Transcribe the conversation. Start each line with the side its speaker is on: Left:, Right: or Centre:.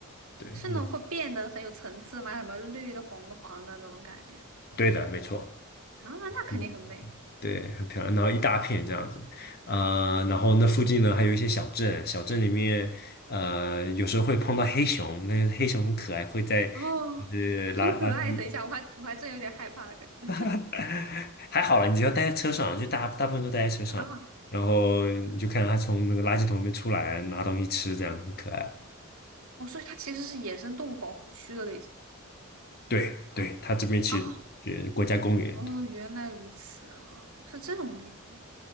Left: 对，
Right: 是那种会变得很有层次吗？
Left: 嗯
Right: 什么绿的、红的、黄的那种感觉
Left: 对的，没错。
Right: 啊，那肯定很美
Left: 嗯，对，很漂亮，然后一大片这样子，呃，然后那附近呢还有一些小镇，小镇里面，呃，有时候会碰到黑熊，那黑熊很可爱，会在
Right: 哦，
Left: 就是垃垃圾
Right: 很可爱。等一下，我还我还真有点害怕的感觉
Left: <laughs> 还好了，你只要待在车上，就大大部分都待在车上，
Right: 啊。
Left: 然后你就看到他从那个垃圾桶里面出来拿东西吃，这样很可爱。
Right: 哦，所以它其实是野生动物保护区的类型
Left: 对对，它这边其实是国家公园，
Right: 哦哦，
Left: 对
Right: 原来如此啊，是这种地方